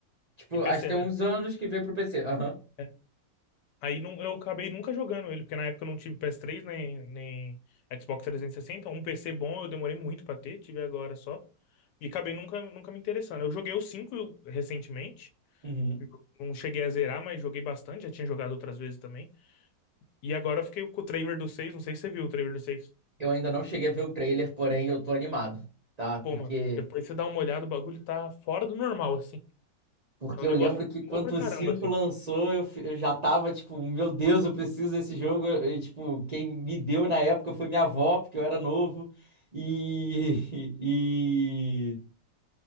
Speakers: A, on the right (about 60°); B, on the left (about 75°).
A: tipo,
B: E PC,
A: acho que tem
B: né?
A: uns anos que veio pro PC. Aham.
B: É. Aí não, eu acabei nunca jogando ele, porque na época eu não tive PS3 nem, nem Xbox 360. Um PC bom eu demorei muito pra ter, tive agora só. E acabei nunca, nunca me interessando. Eu joguei o 5 recentemente.
A: Uhum.
B: Não cheguei a zerar, mas joguei bastante. Já tinha jogado outras vezes também. E agora eu fiquei com o trailer do seis Não sei se você viu o trailer do seis
A: Eu ainda não cheguei a ver o trailer, porém eu tô animado, tá? Porque
B: Pô, mano, depois você dá uma olhada, o bagulho tá fora do normal, assim.
A: Porque
B: É um negócio
A: eu lembro
B: que
A: que
B: me pegou
A: quando
B: pra
A: o
B: caramba,
A: 5
B: assim.
A: lançou, eu, fi- eu já tava tipo, meu Deus, eu preciso desse jogo. E, tipo, quem me deu na época foi minha avó, porque eu era novo. E, <laughs> e,